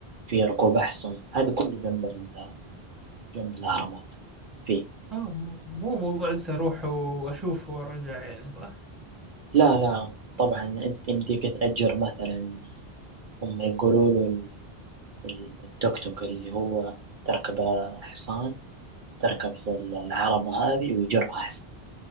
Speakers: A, on the right; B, in the centre.
A: في ركوب احصنه هذا كله جنب ال- جنب الاهرامات فيه
B: آه مو مو موضوع لسه أروح وأشوف وأرجع يعني صح
A: لا لا طبعا انت يمديك تأجر مثلا هم يقولوا له ال- ال- التوك توك اللي هو تركب حصان تركب في ال- العربة هذه ويجرها حصان